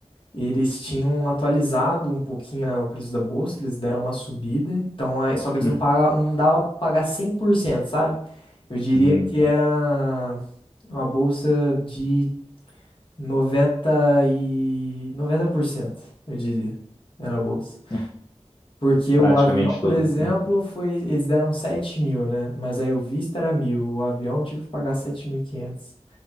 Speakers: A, on the left (about 45°); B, on the left (about 30°).
A: eles tinham atualizado um pouquinho é, o preço da bolsa, eles deram uma subida. Então, aí, só que eles
B: Uhum,
A: não pagavam, não dava pra pagar cem por cento sabe? Eu diria
B: uhum,
A: que era uma bolsa de noventa e noventa por cento eu diria. Era a bolsa.
B: é,
A: Porque o
B: praticamente
A: avião, por
B: tudo.
A: exemplo,
B: Uhum,
A: foi. Eles deram sete mil, né? Mas aí o visto era mil. O avião eu tive que pagar 7.500.